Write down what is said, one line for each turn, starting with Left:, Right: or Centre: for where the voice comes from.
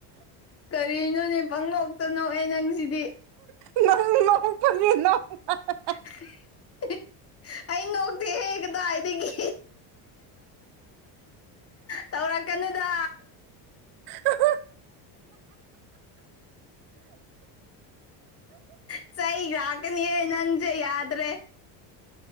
Left: ꯀꯔꯤꯅꯣꯅꯦ ꯄꯪꯂꯣꯛꯇꯅꯣꯑ ꯅꯪꯁꯤꯗꯤ
Right: ꯂ ꯆꯣ
Left: <inaudible> ꯑꯩ ꯉꯣꯛꯇꯦꯍꯦ ꯀꯗꯥꯋꯥꯏꯗꯒꯤ ꯇꯧꯔꯛꯀꯅꯨꯗ
Right: ꯅꯪ
Left: ꯏꯁꯩ ꯉꯥꯛꯀꯅꯤꯍꯦ ꯅꯪꯁꯦ ꯌꯥꯗ꯭ꯔꯦ